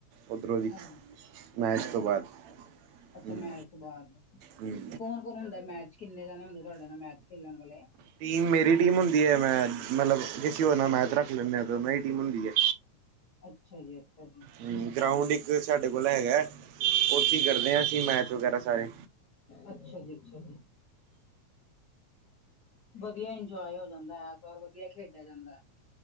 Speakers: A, on the right; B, on the left.
A: ਉੱਧਰੋਂ ਦੀ,
B: ਹਾਂਜੀ
A: ਮੈਚ
B: ਅੱਛਾ ਜੀ
A: ਤੋਂ ਬਾਅਦ
B: ਅੱਛਾ ਅੱਛਾ,
A: ਹੂੰ
B: ਮੈਚ ਤੋਂ ਬਾਅਦ,
A: ਹੂੰ
B: ਕੌਣ ਕੌਣ ਹੁੰਦਾ ਮੈਚ, ਕਿੰਨੇ ਜਾਣੇ ਹੁੰਦੇ ਤੁਹਾਡੇ ਨਾਲ ਮੈਚ ਖੇਲਣ ਵਾਲੇ?
A: ਟੀਮ ਮੇਰੀ ਟੀਮ ਹੁੰਦੀ ਐ। ਮੈਂ ਮਤਲਬ ਕਿਸੀ ਹੋਰ ਨਾਲ ਮੈਚ ਰੱਖ ਲੈਂਦੇ ਆ, ਤੇ ੳਹਨਾ ਦੀ ਟੀਮ ਹੁੰਦੀ ਐ।
B: ਅੱਛਾ ਜੀ ਅੱਛਾ ਜੀ
A: ਹੂੰ,
B: ਠੀਕ
A: ਗਰਾਉਂਡ ਇੱਕ ਸਾਡੇ ਕੋਲ ਹੈਗਾ। ਔਥੇ ਈ ਕਰਦੇ ਆ ਅਸੀਂ ਮੈਚ ਵਗੈਰਾ ਸਾਰੇ।
B: ਅੱਛਾ ਜੀ ਅੱਛਾ। ਵਧੀਆ ਇੰਜੋਏ ਹੋ ਜਾਂਦਾ ਐਤਵਾਰ ਵਧੀਆ ਖੇਡਿਆ ਜਾਂਦਾ।